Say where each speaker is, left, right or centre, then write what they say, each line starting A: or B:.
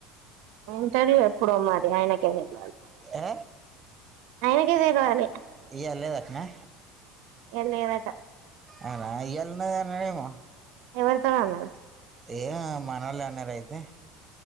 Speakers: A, on the right (about 65°); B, on the right (about 25°).
A: ఇంటర్వ్యూ ఎప్పుడు మరి ఆయనకే తెలవాలి
B: ఏ
A: ఆయనకే తెలవాలి
B: ఇయ్యాల లేదు అట్లానా
A: ఇయాల లేదట
B: అవున ఇయాల ఉన్నాడేమో
A: ఎవరితో అన్నాడు
B: ఏ మనళ అన్నారురయితే